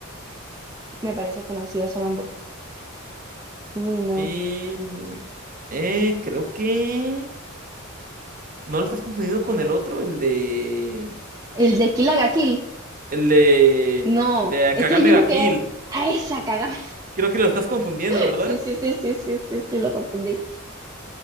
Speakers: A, on the right; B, on the right.
A: Me parece conocido su nombre. Uy, no.
B: Eh, eh, creo que... ¿No lo estás confundiendo con el otro? El de...
A: El de Kill la Kill.
B: El de...
A: No,
B: De
A: es
B: Kagame
A: que hay uno
B: ga
A: que
B: Kill.
A: es... A esa cagada.
B: Creo que lo estás confundiendo,
A: <laughs>
B: ¿verdad?
A: Sí, sí, sí, sí, sí, sí, sí, lo confundí.